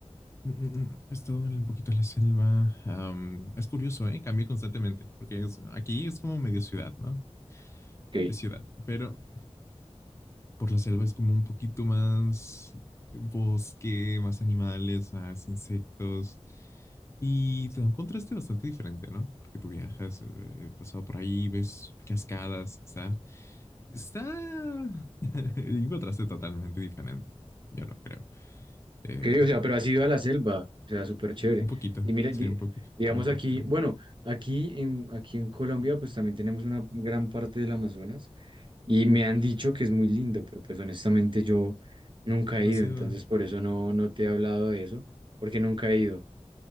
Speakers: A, on the left; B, on the right.
A: Mm, mm, mm. He estado en un poquito en la selva. Am, es curioso, ¿eh? Cambia constantemente, porque es- aquí es como medio ciudad, ¿no?
B: Ok,
A: Es ciudad, pero por la selva es como un poquito más bosque, más animales, más insectos, y te da un contraste bastante diferente, ¿no? Porque tú viajas, eh, he pasado por ahí, ves cascadas, o sea, está <laughs> un contraste totalmente diferente, yo no creo. Eh,
B: ok, o sea, pero has ido a la selva, o sea, súper chévere.
A: un poquito,
B: Y mira,
A: sí,
B: di-
A: un poquito,
B: digamos
A: por un corto
B: aquí,
A: tiempo.
B: bueno, aquí en, aquí en Colombia pues también tenemos una gran parte del Amazonas y me han dicho que es muy lindo, pero pues honestamente yo nunca
A: ¿No
B: he ido,
A: ha sido?
B: entonces por eso no, no te he hablado de eso, porque nunca he ido.